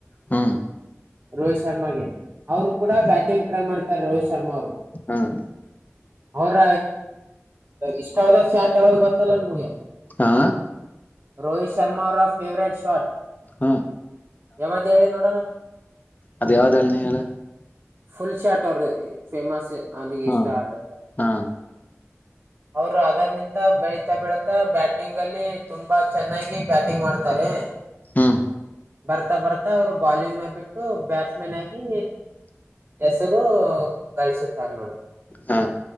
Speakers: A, on the left; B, on the right.
A: ಹ್ಮ.
B: ರೋಹಿತ್ ಶರ್ಮಾಗೆ ಅವರು ಕೂಡ ಬ್ಯಾಟಿಂಗ್ ಟ್ರೈ ಮಾಡ್ತಾರೆ ರೋಹಿತ್ ಶರ್ಮಾ ಅವರು.
A: ಹಾ.
B: ಅವ್ರ ಇಷ್ಟಾವದ ಸ್ಯಾಟ್ ಯಾವ್ದ್ ಗೊತ್ತಲ್ಲ ನಿಮ್ಗೆ.
A: ಹಾ.
B: ರೋಹಿತ್ ಶರ್ಮಾ ಅವರ ಫೇವರೆಟ್ ಶಾಟ್.
A: ಹ್ಮ
B: ಯವದ್ ಹೇಳಿ ನೋಡೋಣ.
A: ಅದ್ಯಾವ್ದ ಹೇಳ ನೀ ಹೇಳ.
B: ಫುಲ್ ಶಾಟ್ ಅವರ್ರ ಫೇಮಸ್ಸ. ಅವನಿಗೆ
A: ಹಾ
B: ಇಷ್ಟ ಆದ ಸ
A: ಹಾ
B: ಅವರು ಅದರ್ ನಿಂತ ಬೆಳಿತಾ ಬೆಳತಾ ಬ್ಯಾಟಿಂಗ್ ಅಲ್ಲಿ ತುಂಬಾ ಚೆನ್ನಾಗಿ ಬ್ಯಾಟಿಂಗ್ ಮಾಡ್ ತಾರೆ
A: ಹ್ಮ್.
B: ಬರ್ತಾ ಬರ್ ತಾ ಅವ್ರು ಬಾಲಿಂಗ್ನ ಬಿಟ್ ಬ್ಯಾಟ್ಸ್ ಮನ್ ಆಗಿ ಹೆಸರು ಗಳಿಸುತ್ತಾರೆ ನೋಡಿ
A: ಹಾ